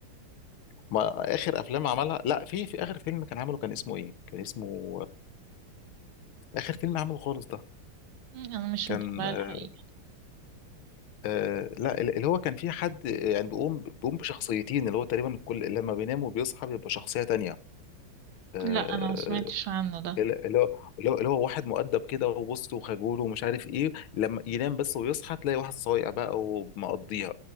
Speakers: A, on the left; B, on the right.
A: ما اخر افلام عملها لا في في اخر فيلم كان عمله كان اسمه ايه كان اسمه اخر فيلم عمله خالص ده
B: مم، انا مش
A: كان
B: متابعه
A: آه
B: الحقيقه
A: آه، لا اللي هو كان فيه حد يعني بيقوم بيقوم بشخصيتين اللي هو تقريبا كل لما بينام وبيصحى بيبقى شخصية تانية آه،
B: لا انا ما سمعتش عنه ده
A: اللي اللي هو اللي هو اللي هو واحد مؤدب كده وبص وخجول ومش عارف ايه لما ينام بس ويصحى تلاقي واحد صايع بقى ومقضيها